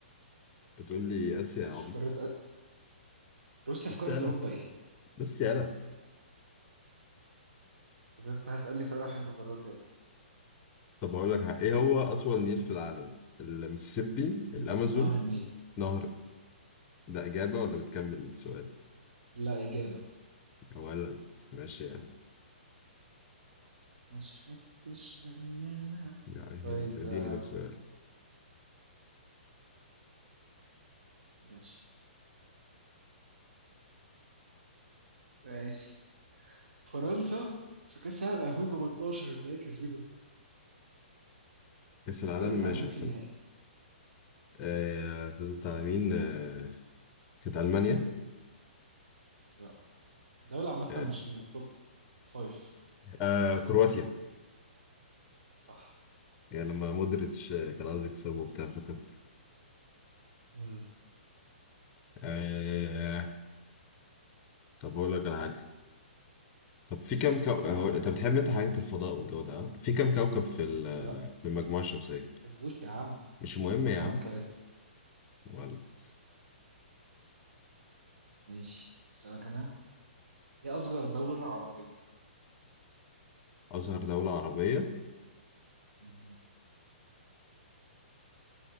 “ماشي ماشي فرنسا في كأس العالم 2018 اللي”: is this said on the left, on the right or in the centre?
Right